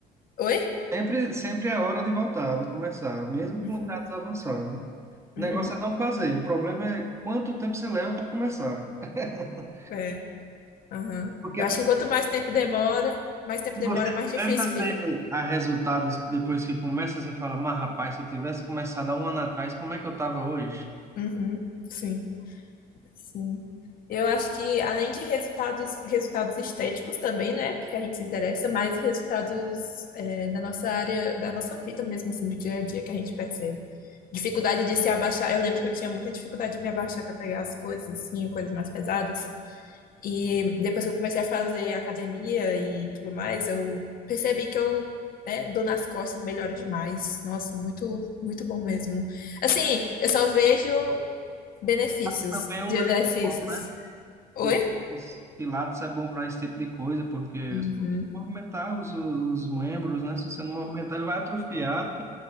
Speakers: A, on the left; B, on the right.
A: Oi?
B: Sempre, sempre é hora de voltar, de começar, mesmo com
A: Uhum,
B: idades avançadas. O negócio
A: uhum,
B: é não fazer. O problema é quanto tempo você leva para começar. <laughs>
A: é, aham.
B: Porque
A: Eu acho
B: tem,
A: que quanto mais tempo demora, mais tempo
B: você
A: demora, mais difícil
B: começa a
A: fica.
B: ter a resultados depois que começa, você fala, mas rapaz, se eu tivesse começado há um ano atrás, como é que eu estava hoje?
A: Uhum, sim. Sim. Eu acho que além de resultados, resultados estéticos também, né? Porque a gente se interessa, mais resultados é, da nossa área, da nossa vida mesmo, assim, do dia a dia que a gente percebe. Dificuldade de se abaixar. Eu lembro que eu tinha muita dificuldade de me abaixar para pegar as coisas, assim, coisas mais pesadas. E depois que eu comecei a fazer academia e tudo mais, eu percebi que eu, né, dou nas costas, melhora demais. Nossa, muito, muito bom mesmo. Assim, eu só vejo. Benefícios
B: Pilates também é um
A: de
B: negócio,
A: exercícios.
B: né?
A: Oi?
B: Pilates, Pilates é bom para esse tipo de coisa, porque
A: Uhum.
B: você tem que movimentar os, os membros, né? Se você não movimentar, ele vai atrofiar.